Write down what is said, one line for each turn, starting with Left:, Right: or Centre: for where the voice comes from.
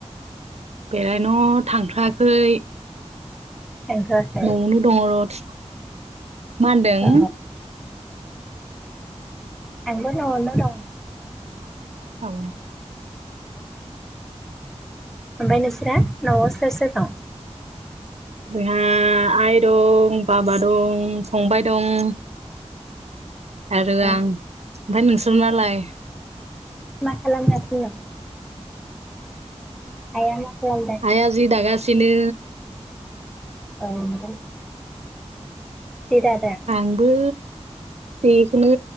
Right: बेरायनो थांथ्राखै।
Centre: थांथ'वाखै
Right: न'आवनो दङ र' मा होनदों?
Centre: अ आंबो नवावनो दं।
Right: औ।
Centre: ओमफाय नोंसोरा न'आव सोर सोर दं?
Right: जोंहा आ आइ दं, बाबा दं, फंबाय दं। आरो
Centre: अ
Right: आं। ओमफ्राय नोंसोर नालाय?
Centre: मा खालामगासिनो दं? आया मा खालामदों?
Right: आया जि दागासिनो।
Centre: औ नोंथां। जि दादों।
Right: आंबो बेखौनो